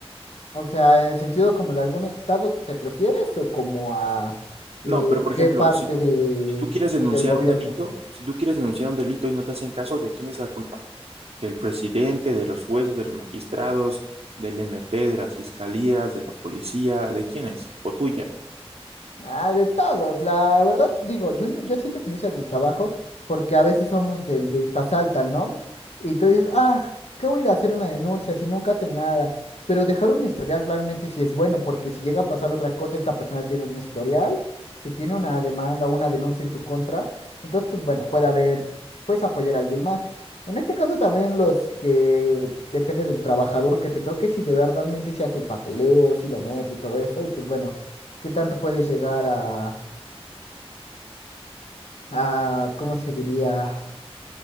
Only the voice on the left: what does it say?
O sea, en el sentido como de algún estado te refieres o como a
eh,
qué
parte
de,
del gobierno.
Ah, de todos, la verdad, digo, yo, ni- yo siento que inicia desde abajo, porque a veces somos el de tasalta, ¿no? Y tú dices, ah, ¿qué voy a ir a hacer una denuncia si nunca hacen nada? Pero dejar un historial realmente sí es bueno, porque si llega a pasar otra cosa, esta persona tiene un historial, que tiene una demanda o una denuncia en su contra, entonces, pues bueno, puede haber, puedes apoyar a alguien más. En este caso también los que depende del trabajador que te toque, si de verdad mente se hace el papeleo, si lo mete y todo eso, y pues bueno. ¿Qué tanto puedes llegar a, a, ¿cómo se diría?